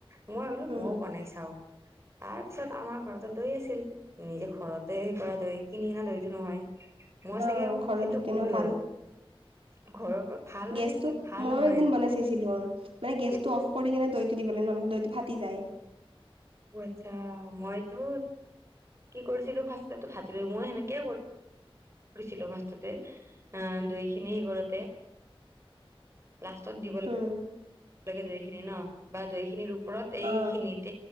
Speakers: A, on the right; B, on the right.
A: মই ভাবিলো
B: উম,
A: মইয়ও বনাই চাওঁ। তাৰপিছত আমাৰ ঘৰতেো দৈ, আছিল। নিজে ঘৰতে হেই কৰা ধৈ কিনি কিনা ধৈতো নহয়। মোৰ চাগে
B: অ, ঘৰত
A: সেইটো
B: তেনেও
A: ভুল
B: ভাল
A: হ'ল। ঘৰৰ ভাল
B: গেছটো
A: মানে কি ভাল
B: ময়ো
A: হয়।
B: একদিন বনাই চাইছিলো মানে গেছটো
A: কিন্তু
B: অফ কৰি কিনে দৈটো দিবলৈ নহ'লে দৈটো ফাটি যায়।
A: অ আচ্ছা মইতো কি কৰিছিলো ফাষ্ট ভাজিলো মই সেনেকে কৰি। কৰিছিলো ফাষ্টতে অ দৈ খিনি সি ঘৰতে লাষ্টত দিব ল
B: উম,
A: লাগে দৈ, খিনি ন বা দৈ, খিনিৰ ওপৰত এইখিনিত
B: অ,